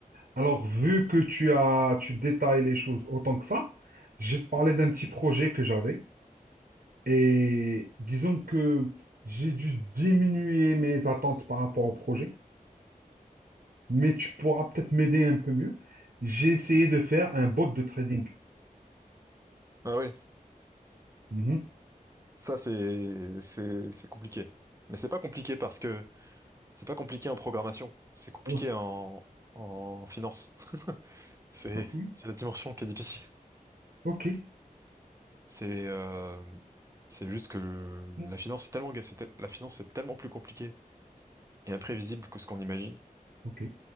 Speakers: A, on the right; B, on the right.
A: Alors, vu que tu as, tu détailles les choses autant que ça, je vais te parler d'un petit projet que j'avais. Et disons que j'ai dû diminuer mes attentes par rapport au projet, mais tu pourras peut-être m'aider un peu mieux. J'ai essayé de faire un bot de trading.
B: ah oui,
A: Mhm.
B: ça, c'est, c'est, c'est compliqué. Mais c'est pas compliqué parce que c'est pas compliqué en programmation. C'est compliqué
A: Oh,
B: en, en finance. <laughs> C'est,
A: Ok.
B: c'est la dimension qui est difficile.
A: Ok.
B: C'est euh, c'est juste que le-
A: Mhm.
B: la finance est tellement ga- c'est tel- la finance est tellement plus compliquée et imprévisible que ce qu'on imagine.
A: Ok.